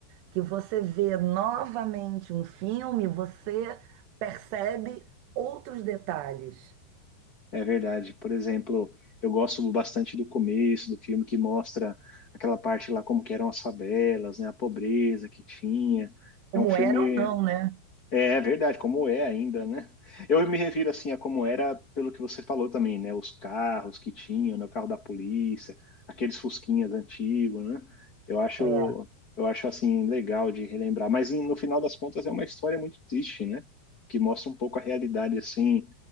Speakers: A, on the right; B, on the left.
A: que você vê novamente um filme, você percebe outros detalhes,
B: É verdade. Por exemplo, eu gosto bastante do começo do filme que mostra aquela parte lá como que eram as favelas, né? A pobreza que tinha.
A: como
B: É um filme.
A: era ou não, né?
B: É é verdade, como é ainda, né? Eu me refiro assim a como era pelo que você falou também, né? Os carros que tinham, né? O carro da polícia, aqueles fusquinhas antigos, né? Eu acho,
A: É,
B: eu acho assim legal de relembrar, mas em- no final das contas é uma história muito triste, né? Que mostra um pouco a realidade assim